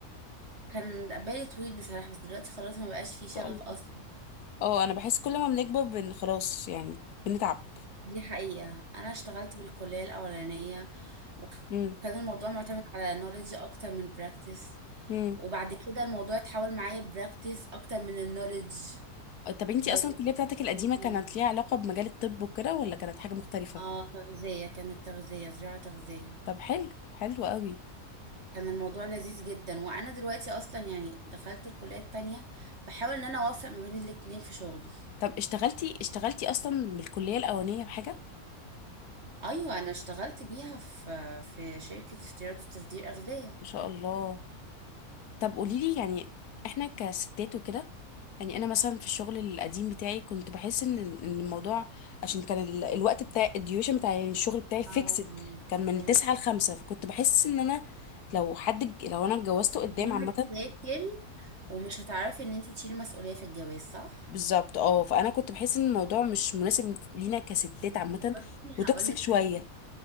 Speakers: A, on the right (about 45°); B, on the left (about 80°).
A: كان بالي طويل بصراحة بس دلوقتي خلاص ما بقاش فيه شغف
B: ان شاء الله
A: اصلا
B: اه انا بحس كل ما بنكبر بن خلاص يعني بنتعب
A: دي حقيقة انا اشتغلت بالكلية الاولانية وكان
B: امم
A: الموضوع معتمد على نوليدج اكتر من براكتس
B: امم
A: وبعد كده الموضوع اتحول معايا براكتس اكتر من النوليدج
B: طب انتي
A: برضو
B: اصلا الكليه بتاعتك القديمه
A: شغل تاني.
B: كانت ليها علاقه بمجال الطب وكده ولا كانت حاجه مختلفه
A: اه تغذية كانت تغذية زراعة تغذية
B: طب حلو حلو قوي
A: كان الموضوع لذيذ جدا وانا دلوقتي اصلا يعني دخلت الكلية التانية بحاول ان انا اوفق ما بين الاتنين في شغلي
B: طب اشتغلتي اشتغلتي اصلا بالكليه الاولانيه بحاجه
A: ايوه انا اشتغلت بيها في في شركة استيراد وتصدير اغذية
B: ما شاء الله طب قولي لي يعني احنا كستات وكده يعني انا مثلا في الشغل القديم بتاعي كنت بحس ان ان الموضوع عشان كان ال- الوقت بتاع الديوشن بتاع يعني الشغل بتاعي فيكسد
A: اه آه.
B: كان من
A: فاهمة
B: تسعة لخمسة فكنت بحس ان انا لو حد اتج- لو انا اتجوزته قدام
A: يوم
B: عامة
A: تاكل ومش هتعرفي ان انت تشيلي مسؤولية في الجواز صح
B: بالظبط اه فانا كنت بحس ان الموضوع مش مناسب لينا كستات عامة
A: بصي
B: وتوكسيك
A: هقولك
B: شوية
A: على-